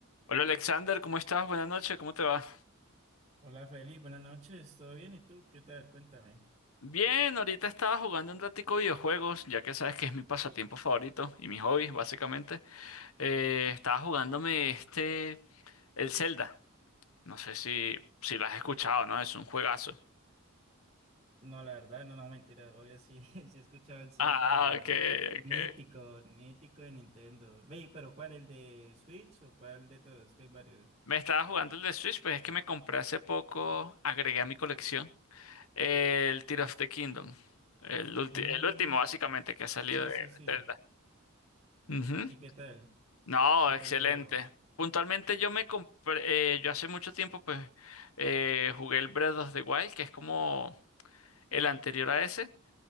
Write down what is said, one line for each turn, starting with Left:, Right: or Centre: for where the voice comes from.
Left: Hola Alexander, ¿cómo estás? Buenas noches, ¿cómo te va?
Right: Hola Feli, buenas noches, ¿todo bien? ¿Y tú? ¿Qué tal? Cuéntame.
Left: Bien, ahorita estaba jugando un ratico videojuegos, ya que sabes que es mi pasatiempo favorito y mi hobby, básicamente. Eh, estaba jugándome este, el Zelda. No sé si, si lo has escuchado, ¿no? Es un juegazo. <laughs>
Right: No, la verdad, no, no, mentira, obvio sí, <laughs> sí he escuchado el Zelda
Left: Ah, ah, ok,
Right: mítico,
Left: ok.
Right: mítico de Nintendo. Ve, pero ¿cuál? ¿El de Switch o cuál de todos? Que hay varios.
Left: Me estaba jugando el de Switch, pues es que me compré hace poco, agregué a mi colección el Tears of the Kingdom. El ulti-
Right: Mmm,
Left: el último, básicamente, que ha salido
Right: sí,
Left: de
Right: sí, sí.
Left: de Zelda. Ujú.
Right: ¿Y qué tal?
Left: No,
Right: ¿Qué tal
Left: excelente.
Right: el juego?
Left: Puntualmente yo me compré, eh, yo hace mucho tiempo pues eh, jugué el Breath of the Wild, que es como el anterior a ese.